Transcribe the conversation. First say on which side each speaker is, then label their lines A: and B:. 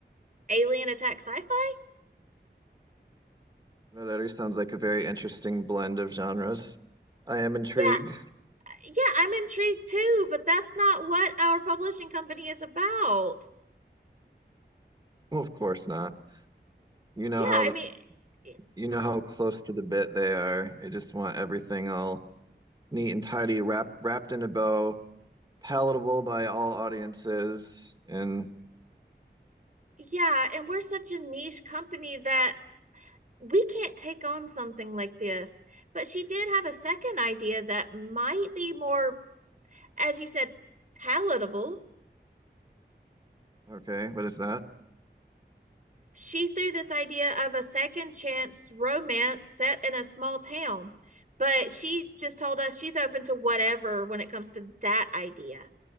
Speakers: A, on the right; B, on the right.
A: alien attack sci-fi?
B: That already sounds like a very interesting blend of genres. I am intrigued.
A: Yeah, yeah, I'm intrigued too, but that's not what our publishing company is about.
B: Well, of course not. You know
A: Yeah,
B: how
A: I mean, yeah,
B: you know how close to the bit they are. They just want everything all neat and tidy, wrapped wrapped in a bow, palatable by all audiences. And
A: yeah, and we're such a niche company that we can't take on something like this. But she did have a second idea that might be more, as you said, palatable.
B: okay, what is that?
A: She threw this idea of a second chance romance set in a small town, but she just told us she's open to whatever when it comes to that idea.